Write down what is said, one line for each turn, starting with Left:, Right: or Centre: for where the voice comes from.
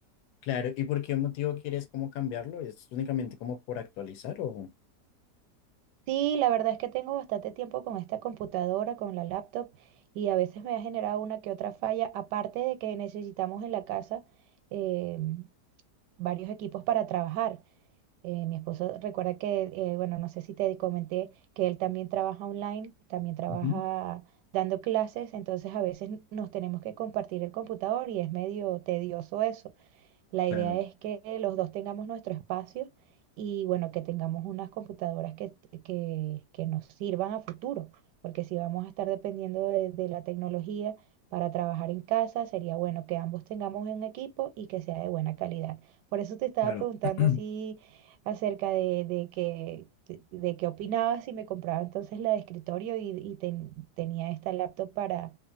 Left: Claro, ¿y por qué motivo quieres como cambiarlo? ¿Es únicamente como por actualizar o...?
Right: Sí, la verdad es que tengo bastante tiempo con esta computadora, con la laptop, y a veces me ha generado una que otra falla, aparte de que necesitamos en la casa eh, varios equipos para trabajar. Eh, mi esposo recuerda que, eh, bueno, no sé si te comenté que él también trabaja online, también trabaja
Left: Ujú.
Right: dando clases, entonces a veces nos tenemos que compartir el computador y es medio tedioso eso. La
Left: Claro,
Right: idea es que los dos tengamos nuestro espacio y bueno, que tengamos unas computadoras que, que, que nos sirvan a futuro, porque si vamos a estar dependiendo de, de la tecnología para trabajar en casa, sería bueno que ambos tengamos un equipo y que sea de buena calidad. Por eso te estaba
Left: claro.
Right: preguntando
Left: <clears throat>
Right: así acerca de, de que... De, de qué opinabas si me compraba entonces la de escritorio y, y ten- tenía esta laptop para,